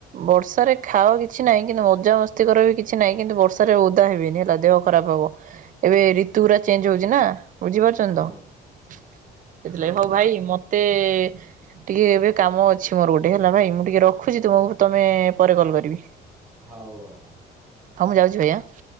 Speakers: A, on the right (about 50°); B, in the centre.
A: ବର୍ଷାରେ ଖାଅ କିଛି ନାହିଁ, କିନ୍ତୁ ମଜାମସ୍ତି କର ବି କିଛି ନାହିଁ, କିନ୍ତୁ ବର୍ଷାରେ ଓଦା ହେବିନି ହେଲା, ଦେହ ଖରାପ ହବ। ଏବେ ରିତୁ ଗୁରା ଚେଞ୍ଜ ହଉଚି ନା। ବୁଝିପାରୁଚନ୍ତି
B: ହଁ
A: ତ? ସେଥିଲାଗି
B: ହଁ
A: ହଉ ଭାଇ ମତେ ଟିକେ ଏବେ କାମ ଅଛି ମୋର ଗୋଟେ ହେଲା ଭାଇ ମୁଁ ଟିକେ ରଖୁଚି, ତୁମକୁ ତମେ ପରେ କଲ୍ କରିବି।
B: ହଉ ହଉ।
A: ହଁ ମୁଁ ଯାଉଛି ଭାଇ, ଆଁ।